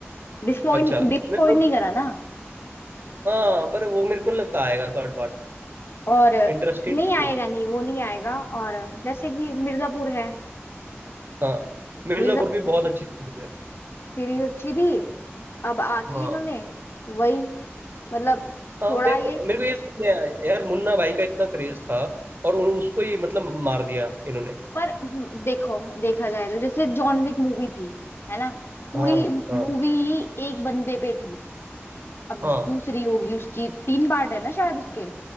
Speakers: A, on the left; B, on the right.
A: डिसपॉइंट
B: अच्छा
A: डिसपॉइंट
B: नहीं पर
A: नहीं करा ना
B: हाँ पर वो मेरे को नहीं लगता आएगा थर्ड पार्ट
A: और
B: इंटरेस्टेड
A: नहीं
B: भी
A: आएगा
B: हूँ।
A: नहीं वो नहीं आएगा और जैसे कि मिर्जापुर है
B: हाँ मिर्जापुर
A: मिर्जापुर
B: भी बहुत अच्छी सीरीज है
A: सीरीज अच्छी थी अब आके
B: हाँ
A: इन्होंने वही मतलब
B: हाँ
A: थोड़ा
B: मेरे
A: ये
B: को मेरे को ये समझ नहीं आया यार मुन्ना भाई का इतना क्रेज था और उन, उसको ही मतलब मार दिया इन्होंने
A: पर हम्म, देखो देखा जाए तो जैसे जॉन विक मूवी थी है ना पूरी
B: हाँ
A: मूवी
B: हाँ
A: ही एक बंदे पे थी अब
B: हाँ
A: दूसरी होगी उसकी तीन पार्ट है ना शायद उसके